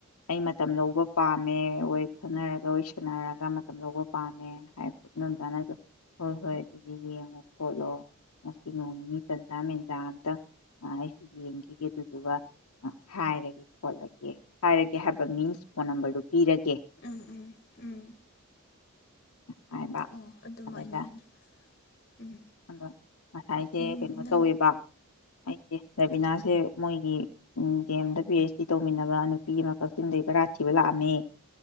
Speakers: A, on the left (about 80°); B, on the left (about 45°).
A: ꯑꯩ ꯃꯇꯝ ꯂꯧꯕ ꯄꯥꯝꯃꯦ ꯑꯣꯏ ꯈꯟꯅꯔꯒ ꯋꯥꯔꯤ ꯁꯦꯟꯅꯔꯒ ꯃꯇꯝ ꯂꯧꯕ ꯄꯥꯝꯃꯦ ꯍꯥꯏꯕ <unintelligible> ꯍꯣꯏ ꯍꯣꯏ ꯑꯗꯨ ꯌꯦꯡꯉꯣ ꯈꯣꯠꯂꯣ ꯉꯁꯤ ꯅꯣꯡ ꯅꯤꯅꯤ ꯇꯟꯖꯥ ꯃꯦꯟꯖꯥ ꯑꯝꯇꯪ ꯑꯩꯁꯨ ꯌꯦꯡꯈꯤꯒꯦ ꯑꯗꯨꯗꯨꯒ ꯍꯥꯏꯔꯒꯦ ꯈꯣꯠꯂꯒꯦ ꯍꯥꯏꯔꯒꯦ ꯍꯥꯏꯕ ꯃꯤꯟꯁ ꯐꯣꯟ ꯅꯝꯕꯔꯗꯣ ꯄꯤꯔꯒꯦ
B: ꯎꯝ ꯎꯝ ꯎꯝ
A: ꯍꯥꯏꯕ
B: ꯑꯣ ꯑꯗꯨꯃꯥꯏꯅ
A: ꯑꯗꯩꯗ
B: ꯑꯣꯏꯅ ꯎꯝ
A: ꯑꯗꯣ ꯉꯁꯥꯏꯁꯦ
B: ꯌꯨꯝ
A: ꯀꯩꯅꯣ
B: ꯅꯪ
A: ꯇꯧꯋꯦꯕ ꯑꯩꯁꯦ ꯔꯕꯤꯅꯥꯁꯦ
B: ꯀꯩ
A: ꯃꯣꯏ ꯑꯩꯒꯤ ꯗꯤ ꯑꯦꯝꯗ ꯄꯤ ꯑꯩꯆ ꯗꯤ ꯇꯧꯃꯤꯟꯅꯕ ꯅꯨꯄꯤ ꯑꯃ ꯀꯛꯆꯤꯡꯗꯩ ꯕꯔꯥ ꯊꯤꯕ ꯂꯥꯛꯑꯝꯃꯦ